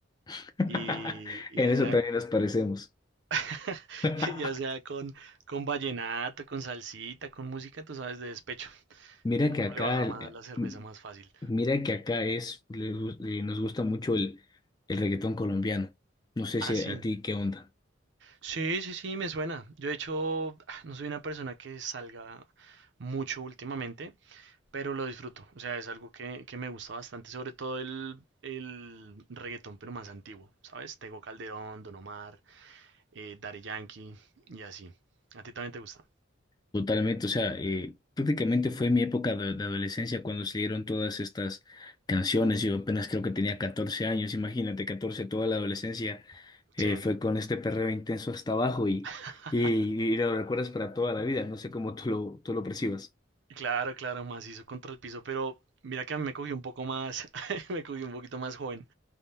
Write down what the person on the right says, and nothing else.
Y, y
ya
sea,
<laughs>
ya sea con, con vallenato, con salsita, con música, tú sabes, de despecho.
Uno
le baja
más la cerveza
más fácil.
Ah,
sí.
Sí, sí, sí, me suena. Yo, de hecho, <smacks lips> no soy una persona que salga mucho últimamente, pero lo disfruto. O sea, es algo que, que me gusta bastante, sobre todo el, el reggaetón, pero más antiguo, ¿sabes? Tego Calderón, Don Omar, eh, Daddy Yankee y así. ¿A ti también te gusta?
Sí.
<laughs>
Claro, claro, macizo contra el piso, pero mira que a mí me cogió un poco más, <laughs> me cogió un poquito más joven.